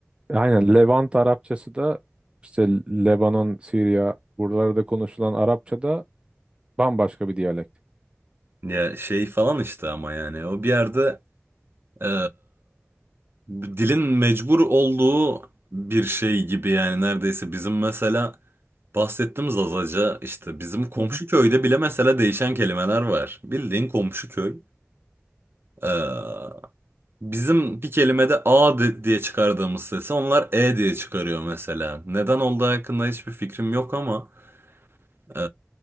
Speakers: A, on the right (about 25°); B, on the right (about 55°).
A: aynen Levant Arapçası da işte Lebanon, Suriye buralarda konuşulan Arapça da bambaşka bir diyalekt.
B: Ya şey falan işte ama yani o bir yerde eee, dilin mecbur olduğu bir şey gibi yani neredeyse bizim mesela bahsettiğimiz Azaca işte bizim komşu
A: Hı hı.
B: köyde bile mesela değişen kelimeler var. Bildiğin komşu köy. Eee, Bizim bir kelimede A di- diye çıkardığımız sesi onlar E diye çıkarıyor mesela. Neden olduğu hakkında hiçbir fikrim yok ama e,